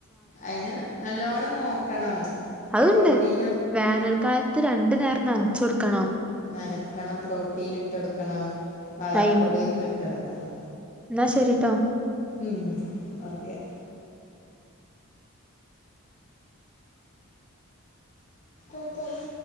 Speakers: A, on the left (about 35°); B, in the centre.
A: അയിന് നല്ലോണം നോക്കണം
B: അതുണ്ട്
A: പ്രോട്ടീ
B: വേനൽക്കാലത്ത് രണ്ട് നേര നനച്ചു കൊടുക്കണം.
A: നനക്കണം പ്രോട്ടീൻ ഇട്ടെടുക്കണം വളപ്പൊടിയൊക്കെ
B: അയിമ്
A: ഇട്ടെടുക്കണം.
B: എന്നാ ശരിട്ടോ
A: ഉം ഓക്കെ അത്ത <unintelligible>